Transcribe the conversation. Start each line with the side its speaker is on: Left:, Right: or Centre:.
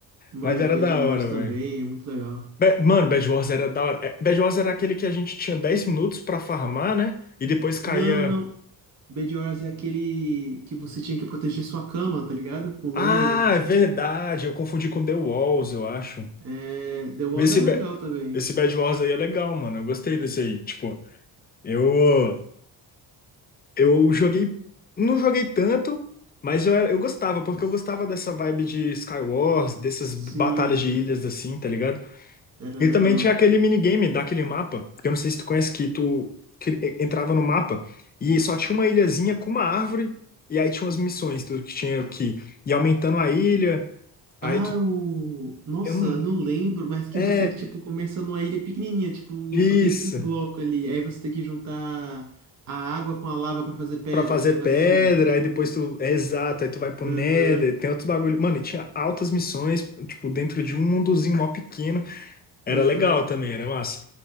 Right: Mano,
Left: Mas era
Right: Bed
Left: da
Right: Wars
Left: hora,
Right: também
Left: velho.
Right: é muito legal.
Left: Ba- Mano, Bad Wars era da hora. É, Bad Wars era aquele que a gente tinha 10 minutos pra farmar, né? E depois caía.
Right: Não, não. Bed Wars é aquele que você tinha que proteger sua cama, tá ligado? Com lã.
Left: Ah, é verdade. Eu confundi com The Walls, eu acho.
Right: É... The Walls
Left: Esse,
Right: era
Left: Ba-
Right: legal também.
Left: esse Bad Wars aí é legal, mano. Eu gostei desse aí. Tipo, eu, eu joguei. Não joguei tanto, mas eu, era- eu gostava, porque eu gostava dessa vibe de Skywars, dessas batalhas
Right: Sim,
Left: de ilhas assim, tá ligado?
Right: era
Left: E
Right: legal.
Left: também tinha aquele minigame daquele mapa, que eu não sei se tu conhece, que tu que entrava no mapa e só tinha uma ilhazinha com uma árvore, e aí tinha umas missões, tu que tinha que ir aumentando a ilha, aí
Right: Ah,
Left: tu.
Right: o... Nossa,
Left: Eu não.
Right: não lembro, mas que
Left: É,
Right: você que, tipo, começa numa ilha pequenininha, tipo,
Left: isso.
Right: só tem um bloco ali. Aí você tem que juntar a água com a lava pra fazer pedra,
Left: Pra fazer
Right: um negócio
Left: pedra,
Right: assim.
Left: aí depois tu. É exato, aí tu vai pro Nether,
Right: Aham,
Left: tem outros bagulho. Mano, e tinha altas missões, tipo, dentro de um mundozinho mó pequeno. Era
Right: aham.
Left: legal também, era massa.